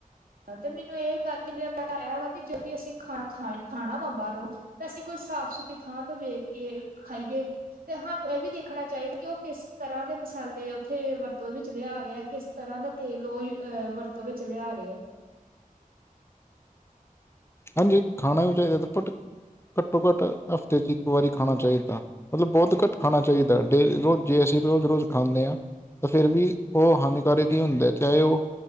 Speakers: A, on the right; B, on the left.
A: ਤੇ ਮੈਨੂੰ ਇਹ ਗੱਲ ਮੈਂਨੂੰ ਐ ਵਾ ਕਿ ਜੋਵੀ ਅਸੀਂ ਖਾਣ, ਖਾਣਾ ਵਾ ਬਾਹਰੋਂ ਤੇ ਅਸੀਂ ਕੋਈ, ਸਾਫ਼-ਸੁਥਰੀ ਥਾਂ ਤੋਂ ਵੇਖਕੇ ਖਾਈਏ। ਤੇ ਹਾਨੂੰ ਇਹ ਵੀ ਦੇਖਣਾ ਚਾਹੀਦਾ ਕਿ, ਉਹ ਕਿਸ ਤਰ੍ਹਾਂ ਦੇ ਮਸਾਲੇ ਉੱਥੇ ਵਰਤੋਂ ਵਿੱਚ ਲਿਆ ਰਹੇ ਆ, ਕਿਸ ਤਰ੍ਹਾਂ ਦਾ ਤੇਲ ਉਹ ਅਹ, ਵਰਤੋਂ ਵਿੱਚ ਲਿਆ ਰਹੇ ਆ।
B: ਹਾਂਜੀ, ਖਾਣਾ ਵੀ ਚਾਹੀਦਾ ਬਟ ਘੱਟੋ-ਘੱਟ ਹਫ਼ਤੇ'ਚ ਇੱਕ ਵਾਰੀ ਖਾਣਾ ਚਾਹੀਦਾ। ਮਤਲਬ ਬਹੁਤ ਘੱਟ ਖਾਣਾ ਚਾਹੀਦਾ, ਡੇ ਰੋਜ਼ ਜੇ ਅਸੀਂ ਰੋਜ਼-ਰੋਜ਼ ਖਾਂਨੇ ਆ ਤੇ ਫਿਰ ਵੀ, ਉਹ ਹਾਨੀਕਾਰਕ ਹੀ ਹੁੰਦੇ ਆ, ਚਾਹੇ ਉਹ